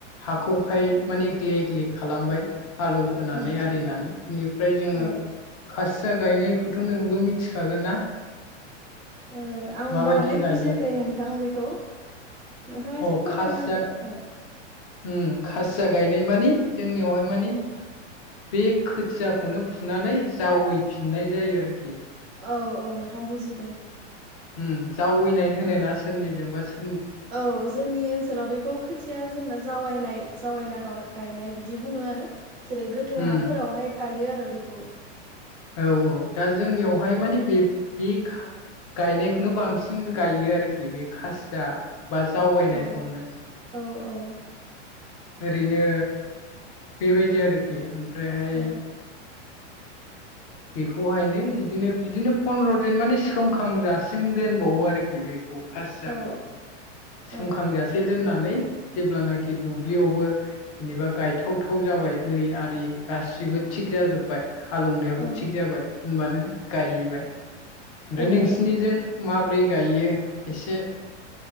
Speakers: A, on the left; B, on the right.
A: हाखौहाय माने ग्ले ग्ले खालामबाय हालौहोनानै
B: औ
A: आरिनानै। निफ्राय जोङो
B: ओ
A: खासि या गायनायखौथ' नोंबो मिथिखागोन ना?
B: ओ आं
A: माबायदि
B: बाराहाय
A: गायो
B: बुजियाखै नोंथां बेखौ। नोंथाङा एसे
A: अ
B: फोरमायना
A: खासिया
B: होदो औ
A: उम खासिया गायनाय दि मानि जोंनियावहाय मानि बे खोथियाखौनो फुनानै जावैफिननाय जायो आरोखि
B: औ औ नोंथां बुजि
A: उ जावैनाय होना सोरनिजोंबा सो
B: औ जोंनि ओनसोलाव बेखौ खोथिया जेनेबा जावायनाय जावना ओ गायनाय बिदि बुङो आरो जेरै गोथौ
A: उम
B: हाफोरावहाय गायो आरो बेखौ
A: औ औ दा जोंनियावहाय मानि बे बे गायनायखौनो बांसिन गायो आरोखि बे खासिया बा जावगायनायखौनो
B: औ औ औ
A: ओरैनो बेबायदि आरोखि ओमफ्रायहाय
B: औ
A: बेखौहायनो बिदिनो बिदिनो फन्द्र'जन माने सोमखांजासिम दोनबावो आरोखि बे खौ खासियाखौ
B: औ औ
A: सोमखांजासे दोननानै जेब्लानाखि दुब्लियावबो जेनेबा गायथावथाव जाबाय दै आरि गासिबो थिग जाजोब्बाय हालौनायाबो
B: औ
A: थिग जाबाय होनबा नों गायहैबाय ओमफ्राय
B: औ
A: नोंसिनिजों
B: नंगौ
A: मा माब्रै गायो एसे